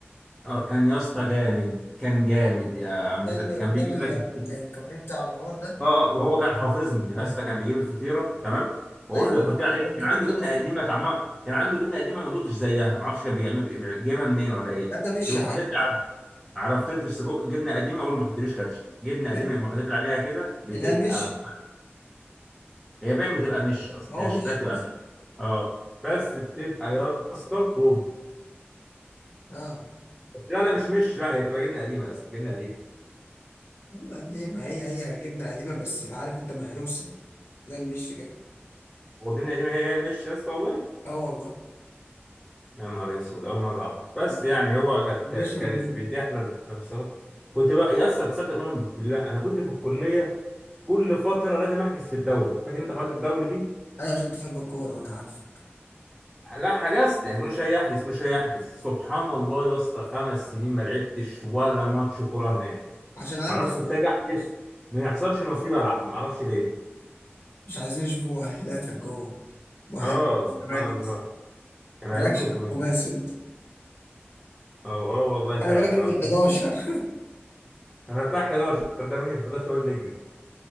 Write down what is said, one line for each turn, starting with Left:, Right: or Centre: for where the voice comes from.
Centre: اه كان يا اسطى جامد كان جامد يا عم
Left: ده
Centre: سيد
Left: اللي
Centre: كان
Left: قدام
Centre: بيجيب
Left: ال-
Centre: لك
Left: ال-
Centre: الفطير-
Left: الكافيه بتاع الانوار ده
Centre: اه اه وهو كان حافظني يا اسطى كان بيجيب الفطيره تمام بقول
Left: ايوه
Centre: له
Left: ما انت
Centre: حط عليك
Left: كنت ما بتاكلش
Centre: كان عنده جبنه
Left: الا فطير
Centre: قديمه طعمها كان عنده جبنه قديمه ما دقتش زيها ما اعرفش كان بيعمل بي- جايبها منين ولا ايه
Left: يا ابني مشي
Centre: يقوم
Left: عادي
Centre: حاطط لي على <laughs> على فطيره السجق جبنه قديمه اقول له ما تحطليش كاتشب جبنه
Left: يا ابني-
Centre: قديمه يقوم حاطط لي عليها كده بتبقى
Left: اللي المشي
Centre: ف- هي باين بتبقى مش اصلا
Left: ما هو
Centre: هي
Left: مشي
Centre: شكلها بتبقى
Left: بس
Centre: مش اه بس بتبقى يا اسطى طب
Left: اه
Centre: لا لا مش مش لا هي بتبقى جبنه قديمه اصلا جبنه قديمه
Left: هو يا ابني ما هي هي جبنه قديمه بس اللي عارف انت مهروسه ده المشي كده
Centre: هو الجبنه القديمه هي هي المش يا اسطى والله
Left: اه والله
Centre: يا نهار اسود اول مره اعرف بس
Left: المشي
Centre: يعني هو كانت
Left: المشي
Centre: كانت
Left: برودة
Centre: بنتي احلى الفصلات كنت بقى يا اسطى تصدق تؤمن بالله انا كنت في الكليه كل فتره لازم احجز في الدوري فاكر انت قرات الدوري دي
Left: ايوه عشان تحب الكوره وانا عارف
Centre: لا حجزت يعني كل شويه احجز كل شويه احجز سبحان الله يا اسطى خمس سنين ما لعبتش ولا ماتش كوره هناك
Left: عشان البس
Centre: ما اعرفش كنت
Left: بقى.
Centre: اجي احجز
Left: مش
Centre: ما يحصلش نصيب العب ما اعرفش ليه
Left: مش عايزين يشوفوا مؤهلاتك جوه مؤهلاتك
Centre: اه
Left: في
Centre: سبحان
Left: النوادي
Centre: الله
Left: بس
Centre: كان
Left: مالكش
Centre: هيموت
Left: في
Centre: ومتضايق
Left: الخماس انت
Centre: اه اه والله فعلا
Left: انا بجري في
Centre: آه.
Left: ال 11
Centre: انا بتاع 11 ده مني في 11 يقول لي اجري